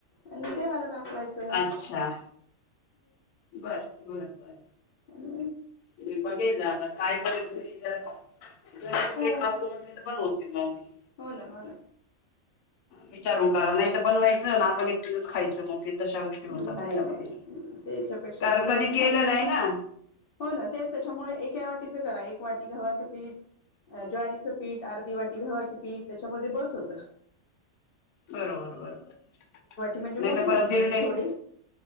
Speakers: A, on the left (about 60°); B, on the left (about 75°).
A: आणि ते मला दाखव व्हायचं
B: अच्छा बर बर बर
A: ह
B: त बघे आता काय करल सग
A: हो
B: खातट तर पणत <inaudible>
A: हो ना हो ना
B: विचारून करा नाहीत बनवायचं ना आपण एकटूनच खायचं मग ते तशा गोष्टी होतात
A: नाही
B: त्याच्यामध्ये
A: नाही नाही त्याच्यापेक्षा
B: कारण
A: मुलांनी
B: कधी केलं
A: खाल्लेलं
B: नाही ना
A: हो ना तेच त्याच्यामुळे एका वाटीच करा एक वाटी गव्हाचं पीठ ज्वारीच पीठ अर्धी वाटी गव्हाचं पीठ त्याच्यामध्ये बस होत
B: बरोबर बरोबर
A: म्हणजे मोठी
B: नाही तर
A: वाटी
B: परत
A: घ्यायची
B: दर्डे
A: थोडी